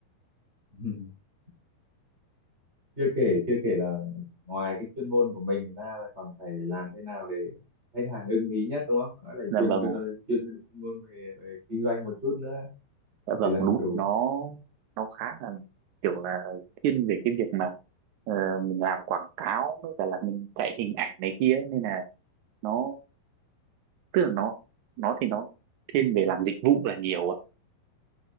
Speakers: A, on the right; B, on the right.
A: <laughs> chưa kể chưa kể là ngoài cái chuyên môn của mình ra là còn phải làm thế nào để khách hàng ưng ý nhất đúng không đó là
B: là
A: chuyên
B: vâng
A: ờ,
B: ạ.
A: chuyên môn về, về kinh doanh một chút nữa
B: dạ vâng
A: để làm
B: đúng
A: chủ
B: là nó nó khá là kiểu là thiên về cái việc mà ờ, mình làm quảng cáo với cả là mình chạy hình ảnh này kia ấy. nên là nó tức là nó nó thì nó thiên về làm dịch vụ là nhiều ấy.